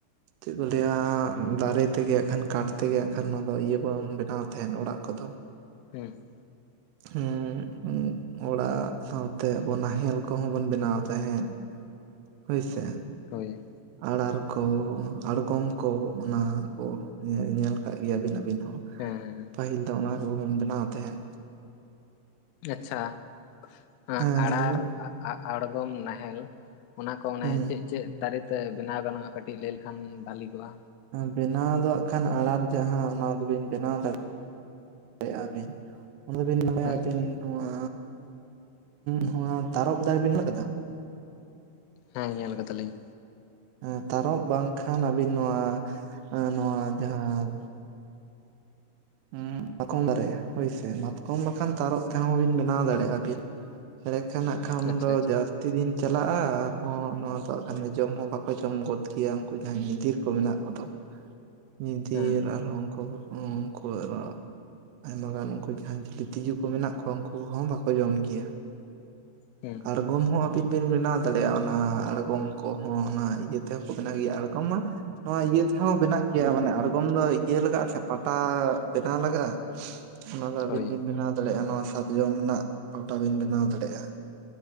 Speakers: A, on the right; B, on the left.
A: ᱪᱮᱫ ᱠᱚ ᱞᱟᱹᱭᱟ ᱫᱟᱨᱮ ᱛᱮᱜᱮ ᱱᱟᱜ ᱠᱷᱟᱱ ᱠᱟᱴ ᱛᱮ ᱜᱮ ᱱᱟᱜ ᱠᱷᱟᱱ ᱱᱚᱣᱟ ᱫᱚ ᱤᱭᱟᱹ ᱵᱚᱱ ᱵᱮᱱᱟᱣ ᱛᱟᱦᱮᱱ ᱚᱲᱟᱜᱼᱼ ᱠᱚ ᱫᱚᱼᱼ
B: ᱦᱳᱢ
A: ᱦᱳ‌ ᱳᱢ ᱚᱲᱟᱜ ᱥᱟᱶ ᱛᱮ ᱟᱵᱚ ᱱᱟᱦᱮᱞ ᱠᱚ ᱦᱚᱸ ᱵᱚᱱ ᱵᱮᱱᱟᱣ ᱛᱟᱦᱮᱸᱫ ᱦᱳᱭ ᱥᱮ
B: ᱦᱳᱭ
A: ᱟᱬᱟᱨ ᱠᱚ ᱟᱬᱜᱚᱢ ᱠᱚ ᱚᱱᱟ ᱠᱚᱼᱼ ᱧᱮᱞ ᱧᱮᱞ ᱠᱟᱜ ᱜᱮᱭᱟ ᱵᱤᱱ ᱟᱹᱵᱤᱱ ᱦᱚᱸᱼᱼ
B: ᱦᱮᱸ
A: ᱟᱫᱚ ᱚᱱᱟ ᱠᱚᱵᱚᱱ ᱵᱮᱱᱟᱣ ᱛᱟᱦᱮᱸᱫ
B: ᱟᱪᱪᱷᱟ <unintelligible>
A: ᱦᱮᱸ
B: ᱟᱲᱟᱨ
A: ᱞᱟᱹᱭᱵᱤᱱ
B: ᱟᱼᱟ ᱟᱬᱜᱚᱢ ᱱᱟᱦᱮᱞᱼᱼ ᱚᱱᱟ ᱠᱚ ᱚᱱᱮ
A: ᱦᱮᱸ
B: ᱪᱮᱫ ᱪᱮᱫ ᱫᱟᱨᱮ ᱛᱮ ᱵᱮᱱᱟᱣ ᱜᱟᱱᱚᱜ-ᱟ ᱠᱟᱹᱴᱤᱡ ᱞᱟᱹᱭ ᱞᱮᱠᱷᱟᱱ ᱵᱟᱹᱞᱤ ᱠᱚᱜ-ᱟ
A: ᱵᱮᱱᱟᱣ ᱫᱚ ᱦᱟᱜ ᱠᱷᱟᱱ ᱟᱲᱟᱨ ᱡᱟᱦᱟᱸ ᱚᱱᱟ ᱫᱚ ᱵᱤᱱ ᱵᱮᱱᱟᱣ ᱫᱟᱲᱮᱜᱼᱼ ᱫᱟᱲᱮᱭᱟᱜᱼᱟ ᱵᱤᱱ ᱚᱱᱰᱮ ᱵᱤᱱ ᱞᱟᱹᱭᱟ
B: ᱦᱮᱸ
A: ᱟᱹᱵᱤᱱ ᱱᱚᱣᱟ ᱱᱚᱣᱟ ᱛᱟᱨᱚᱵ ᱫᱟᱨᱮ ᱵᱤᱱ ᱧᱮᱞ ᱠᱟᱫᱟ
B: ᱦᱮᱸ ᱧᱮᱞ ᱠᱟᱫᱟ ᱞᱤᱧ
A: ᱮ ᱛᱟᱨᱚᱵ ᱵᱟᱝ ᱠᱷᱟᱱ ᱟᱹᱵᱤᱱ ᱱᱚᱣᱟ ᱱᱚᱣᱟ ᱡᱟᱦᱟᱸᱼᱼ ᱦᱮᱸ ᱢᱟᱛᱠᱚᱢ ᱫᱟᱨᱮ ᱦᱳᱭ ᱥᱮ ᱢᱟᱛᱠᱚᱢ ᱵᱟᱠᱷᱟᱱ ᱛᱟᱨᱚᱵ ᱛᱮ ᱦᱚᱸ ᱵᱤᱱ ᱵᱮᱱᱟᱣ ᱫᱟᱲᱮᱭᱟᱜᱼᱟ ᱵᱤᱱ ᱨᱮ ᱠᱷᱟᱱ ᱟᱜ ᱠᱷᱟᱱ
B: ᱟᱪᱪᱷᱟ
A: ᱩᱱ ᱫᱚ
B: ᱟᱪᱪᱷᱟ
A: ᱡᱟᱥᱼᱼ ᱛᱤ ᱵᱤᱱ ᱪᱟᱞᱟᱜᱼᱟ ᱟᱨᱦᱚᱸ ᱱᱚᱣᱟ ᱫᱚ ᱠᱷᱟᱱ ᱦᱟᱸᱜ ᱡᱚᱢ ᱦᱚᱸ ᱵᱟᱠᱚ ᱡᱚᱢ ᱜᱚᱫ ᱠᱮᱭᱟ ᱩᱱᱠᱩ ᱡᱟᱦᱟᱸᱭ ᱧᱤᱫᱤᱨ ᱠᱚ ᱢᱮᱱᱟᱜ ᱠᱚ ᱫᱚ ᱧᱤᱫᱤᱨ
B: ᱦᱮᱸ
A: ᱟᱨ ᱦᱚᱸ ᱩᱱᱠᱩ ᱩᱱᱠᱩ ᱟᱨᱚᱼᱼ ᱟᱭᱢᱟ ᱜᱟᱱ ᱩᱱᱠᱩ ᱡᱟᱦᱟᱸᱭ ᱪᱤᱞᱤ ᱛᱤᱡᱩ ᱠᱚ ᱢᱮᱱᱟᱜ ᱠᱚᱣᱟ ᱩᱱᱠᱩ ᱠᱚ ᱦᱚᱸ ᱵᱟᱠᱚ ᱡᱚᱢ ᱠᱮᱭᱟ
B: ᱦᱮᱸ
A: ᱟᱬᱜᱚᱢ ᱦᱚᱸ ᱟᱹᱵᱤᱱ ᱵᱤᱱ ᱵᱮᱱᱟᱣ ᱫᱟᱲᱮᱭᱟᱜᱼᱟ ᱚᱱᱟ ᱟᱬᱜᱚᱢ ᱠᱚ ᱦᱚᱸ ᱚᱱᱟ ᱤᱭᱟᱹ ᱛᱮ ᱦᱚᱸ ᱠᱚ ᱵᱮᱱᱟᱣ ᱜᱮᱭᱟ ᱟᱬᱜᱚᱢ ᱢᱟ ᱱᱚᱣᱟ ᱤᱭᱟᱹ ᱛᱮ ᱦᱚᱸ ᱵᱮᱱᱟᱜ ᱜᱮᱭᱟ ᱢᱟᱱᱮ ᱟᱬᱜᱚᱢ ᱫᱚ ᱤᱭᱟᱹ ᱞᱟᱜᱟᱜᱼᱟ ᱥᱮ ᱯᱟᱴᱟ ᱵᱮᱱᱟᱣ ᱞᱟᱜᱟᱜᱼᱟ ᱚᱱᱟ ᱫᱚ ᱟᱹᱵᱤᱱ
B: ᱦᱳᱭ
A: ᱵᱤᱱ ᱵᱮᱱᱟᱣ ᱫᱟᱲᱮᱭᱟᱜᱼᱟ ᱱᱚᱣᱟ ᱥᱟᱨᱡᱚᱢ ᱨᱮᱱᱟᱜ ᱯᱟᱴᱟ ᱵᱤᱱ ᱵᱮᱱᱟᱣ ᱫᱟᱲᱮᱭᱟᱜᱼᱟ